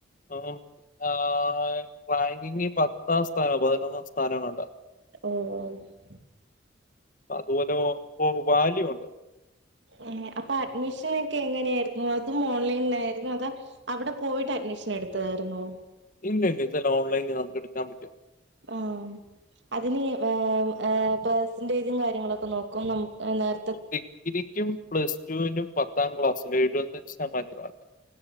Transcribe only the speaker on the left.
ഉം. ആഹ് റാങ്കിങ് പത്താം സ്ഥാനോ? പതിനൊന്നാം സ്ഥാനോ ങ്ങാണ്ട.
അതുപോലെ ഓഹ് ഒ വാല്യുണ്ട്.
ഇല്ലില്ല ഇതെല്ലാം ഓൺലൈനിൽ നമുക്ക് എടുക്കാൻ പറ്റും.
ഡിഗ്രിക്കും പ്ലസ് ടുവിനും പത്താം ക്ലാസിലും എഴുപത്തഞ്ച് ശതമാനത്തിൽ മാർക്ക്‌ വേണം.